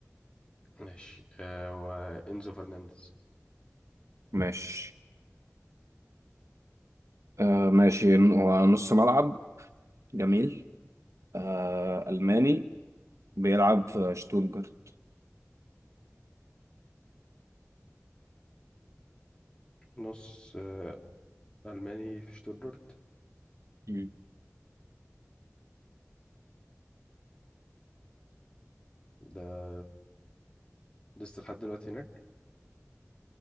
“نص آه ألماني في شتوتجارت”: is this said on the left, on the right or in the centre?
Left